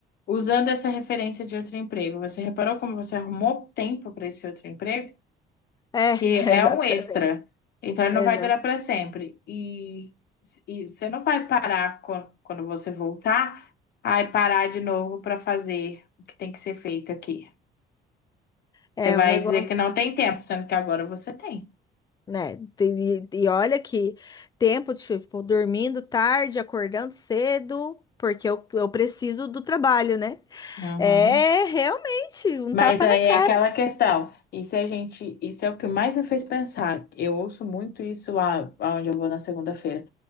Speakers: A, on the left; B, on the left.
A: usando essa referência de outro emprego, você reparou como você arrumou tempo para esse outro emprego?
B: É,
A: Que
B: <laughs>
A: é
B: exatamente.
A: um extra. Então ele
B: Exato.
A: não vai durar para sempre. E, e você não vai parar quan- quando você voltar, aí parar de novo para fazer o que tem que ser feito aqui.
B: É,
A: Você vai
B: um negócio.
A: dizer que não tem tempo, sendo que agora você tem.
B: né? E, e olha que tempo, tipo, dormindo tarde, acordando cedo, porque eu, eu preciso do trabalho, né?
A: Uhum.
B: É realmente um
A: Mas
B: tapa
A: aí
B: na cara.
A: é aquela questão. Isso a gente, isso é o que mais me fez pensar. Eu ouço muito isso lá onde eu vou na segunda-feira.